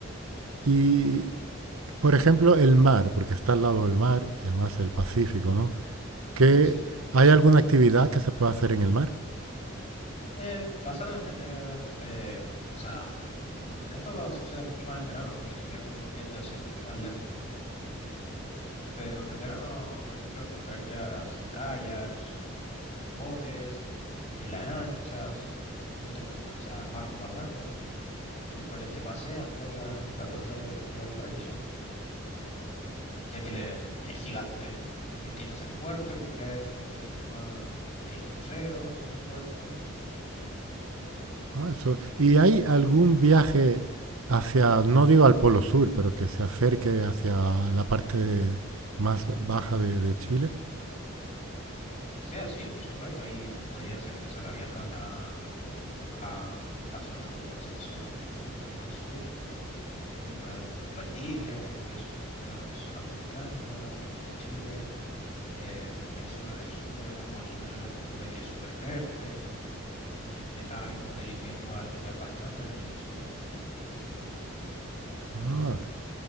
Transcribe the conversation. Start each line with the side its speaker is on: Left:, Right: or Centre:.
Right: Y, por ejemplo, el mar, porque está al lado del mar y además el Pacífico, ¿no? que
Left: Sí.
Right: hay alguna actividad que se pueda hacer en el mar.
Left: Eh, vas a tener, eh, o sea, em, esto va- sucede mucho más en verano, porque en invierno tiende a ser mucho más lento, pero en el verano, por ejemplo, encontrarías kayaks, botes, y lanchas, botes, mu- o sea, barcos más grandes, los cuales te pasean por la, la costa de, de Valparaíso, ya que le- es gigante, y tienes el puerto, que ya es un poco mucho más, tienes cruceros en el puerto,
Right: Ah, eso. ¿Y hay algún viaje hacia, no digo al Polo Sur, pero que se acerque hacia la parte más baja de, de Chile?
Left: o sea, sí, por supuesto, ahí podrías empezar a viajar a a, a zonas como Concepción, que está mucho más al sur. Tiene eh, Valdivia y puedes encontrar zonas volcánicas de Chile. Eh, el sur es súper bonito en el ámbito de que es súper verde. y en esta época del invierno va a llover bastante en el sur. Y,
Right: Ah,